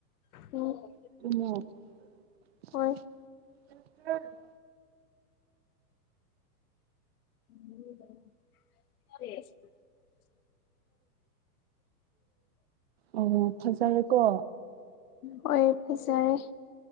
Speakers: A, on the left (about 65°); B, on the right (about 40°).
A: <unintelligible>
B: <unintelligible>
A: ꯍꯣꯏ <unintelligible>
B: ꯑꯣ ꯐꯖꯔꯦꯀꯣ
A: ꯍꯣꯏ ꯐꯖꯔꯦ